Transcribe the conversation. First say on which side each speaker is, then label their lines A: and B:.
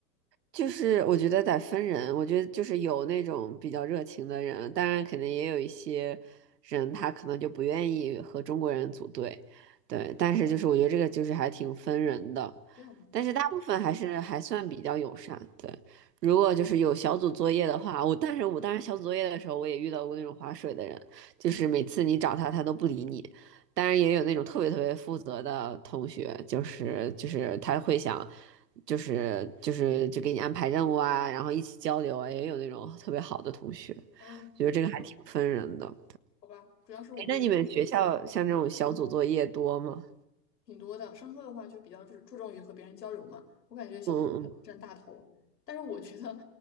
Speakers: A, on the right (about 80°); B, on the left (about 85°).
A: 就是我觉得得分人，我觉得就是有那种比较热情的人，当然可能也有一些人他可能就不愿意和中国人组队，对，但是就是我觉得这个就是还挺分人的，
B: 这样吗？
A: 但是大部分还是还算比较友善，对。如果就是有小组作业的话，我但是我当时小组作业的时候，我也遇到过那种划水的人，就是每次你找他，他都不理你。当然也有那种特别特别负责的同学，就是就是他会想，就是就是就给你安排任务啊，然后一起交流啊，也有那种特别好的同学，
B: 嗯，
A: 觉得这个还挺分人的。
B: 好吧，主要是我没有遇到。
A: 哎，那你们学校像这种小组作业多吗？
B: 嗯挺多的。上课的话就比较注注重于和别人交流嘛，我感觉小组作业占大头。
A: 嗯嗯
B: 但是我觉得，